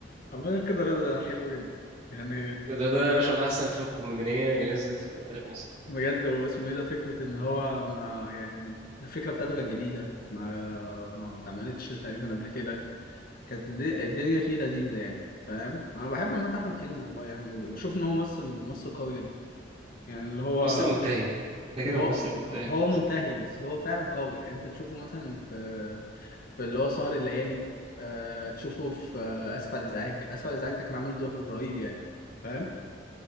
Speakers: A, on the left; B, on the right.
A: عامة كده رضا ده حلو جدا يعني
B: كده ده يا باشا من أحسن الأفلام الكوميدية اللي نزلت في تاريخ مصر
A: بجد هو اسمه ايه ده فكرة ان هو ما يعني الفكرة بتاعته كانت جديدة ما ما اتعملتش تقريبا قبل كده كانت الد- الدنيا فيه لذيذة يعني فاهم انا بحب عامة احمد حلمي والله يعني وبشوف ان هو ممثل ممثل قوي جدا يعني اللي هو
B: ممثل منتهي ده كده
A: ما هو
B: ممثل منتهي
A: هو
B: خلاص
A: منتهي بس هو فعلا قوي يعني انت تشوفه مثلا في في اللي هو سهر الليالي آه، تشوفه في آه، اسف على الازعاج اسف على الازعاج ده كان عامل دور رهيب يعني فاهم